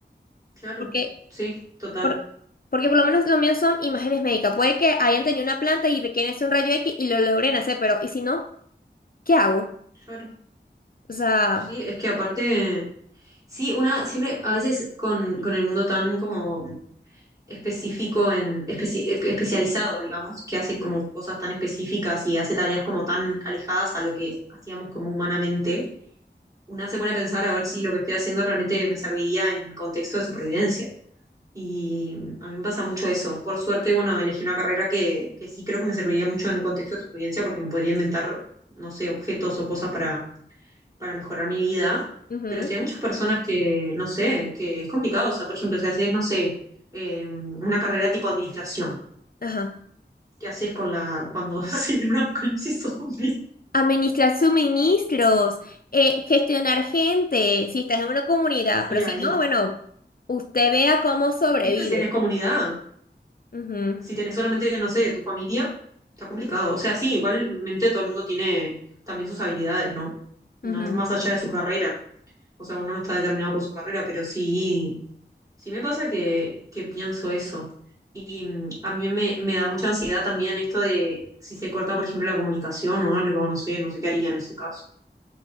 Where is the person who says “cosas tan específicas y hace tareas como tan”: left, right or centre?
Right